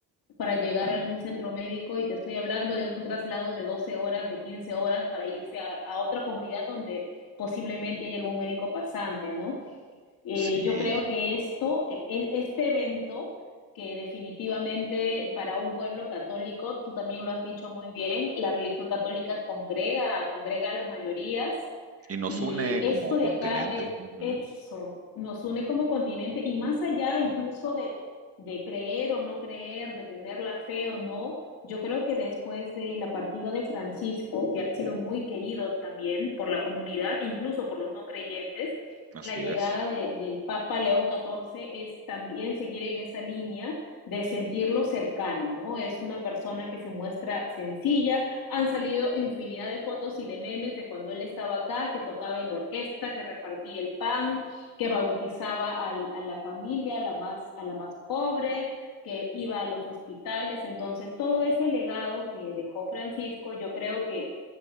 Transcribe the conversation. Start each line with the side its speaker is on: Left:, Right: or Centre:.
Left: para llegar
Right: Ujú.
Left: a algún centro médico y te estoy hablando de un traslado de 12 horas, de 15 horas para irse a, a otra comunidad donde posiblemente hay algún médico pasante, ¿no? Eh,
Right: Sí,
Left: yo creo que esto, e, e, este evento que definitivamente para un pueblo católico, tú también lo has dicho muy bien, la religión católica congrega, congrega a las mayorías,
Right: Y nos
Left: y
Right: une
Left: esto
Right: como
Left: de
Right: continente.
Left: acá, eh,
Right: Ujú,
Left: eso, nos une como continente y más allá incluso de, de creer o no creer, de tener la fe o no, yo creo que después de la partida de Francisco, que ha sido muy querido también por la comunidad, incluso por los no creyentes,
Right: Así
Left: la llegada
Right: es.
Left: de, del Papa León XIV es también seguir en esa línea de sentirlo cercano, ¿no? Es una persona que se muestra sencilla, han salido infinidad de fotos y de memes de cuando él estaba acá, que tocaba en la orquesta, que repartía el pan, que bautizaba al, a la familia, a la, más, a la más pobre, que iba a los hospitales. Entonces, todo ese legado que dejó Francisco, yo creo que